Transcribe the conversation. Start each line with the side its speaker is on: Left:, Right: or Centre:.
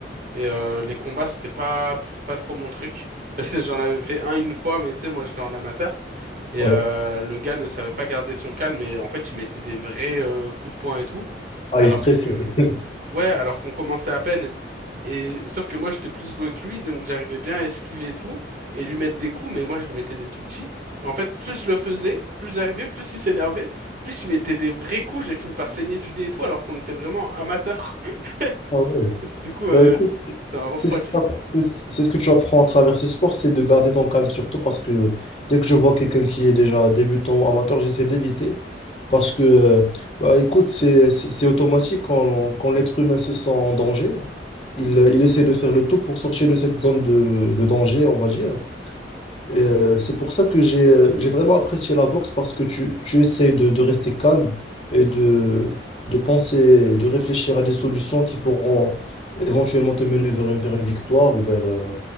Right: Et euh, les combats, c'était pas, pas trop mon truc. <laughs> Parce que J'en avais fait un une fois, mais tu sais, moi j'étais en amateur. Et
Left: Ouais.
Right: euh, le gars ne savait pas garder son calme et en fait, il mettait des vrais euh, coups de poing et tout.
Left: Ah,
Right: Alors
Left: il est stressé.
Right: que,
Left: <laughs>
Right: ouais, alors qu'on commençait à peine. Et sauf que moi, j'étais plus doué que lui, donc j'arrivais bien à esquiver et tout, et lui mettre des coups, mais moi, je lui mettais des tout petits. Et en fait, plus je le faisais, plus j'arrivais, plus il s'énervait, plus il mettait des vrais coups, j'ai fini par saigner du nez et tout, alors qu'on était vraiment amateurs. <laughs>
Left: Ah ouais.
Right: Du coup, euh,
Left: Bah écoute,
Right: ça m'a refroidi.
Left: c'est ce qui t'apprend- c'est ce que tu apprends à travers ce sport, c'est de garder ton calme surtout parce que dès que je vois quelqu'un qui est déjà débutant, amateur, j'essaie d'éviter parce que, euh, bah, écoute, c'est c'est- c'est automatique quand, quand l'être humain se sent en danger, il, il essaie de faire le tout pour sortir de cette zone de, de danger, on va dire. Et, euh, c'est pour ça que j'ai euh, j'ai vraiment apprécié la boxe parce que tu, tu essaies de, de rester calme et de, de penser et de réfléchir à des solutions qui pourront éventuellement te mener vers une, vers une victoire ou vers euh,